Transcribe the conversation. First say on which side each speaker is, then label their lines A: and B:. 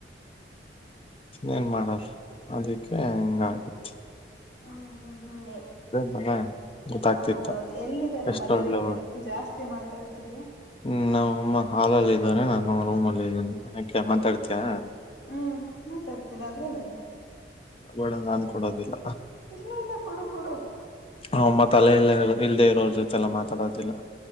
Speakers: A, on the left; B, on the left.
A: ಇನ್ನೇನ್ ಮಾಡಲ್ಲ ಅದಕ್ಕೆ ಹೆಂಗ ಆಗುತ್ತ
B: ಹ್ಮ್ ಹ್ಮ್ ಹ್ಮ್
A: ನಾನ ಗೊತ್ತಾಗ್ತಿತ್ತು
B: ಹೌದೌದು ಎಲ್ಲಿದ್ದಾರೆ
A: ಎಷ್ಟು
B: ಮದರಿಂಡಗೆ
A: ಒಳ್ಳೆ
B: ಜಾಸ್ತಿ ಮೆ ಮಾತಾಡ್ತಿದ್ಯಾ
A: ಹ್ಮ್ ನಾವುಮ್ಮ ಹಾಲಲ್ಲಿ ಇದಾರೆ ನಾನ ರೂಮ್ ಅಲ್ಲಿ ಹಾಕ ಮಾತಾಡ್ತಯ
B: ಹ್ಮ್ ಮಾತಾಡ್ತೀನಿ ಅದ್ರಲ್ಲೇನ
A: ಬೇಡಂಗ ಅನ್ಕೊಡೋದಿಲ್ಲ
B: ಇಲ್ಲ ಇಲ್ಲ ಕೊಡು ಕೊಡು
A: ಹಮ್ಮತ್ತತ್ಲೆ ಇಲ್ಲ ಇಲ್ಲದೆ ಇರೋರ ಜೊತೆಲ್ಲಾ ಮಾತಾಡೋದಿಲ್ಲ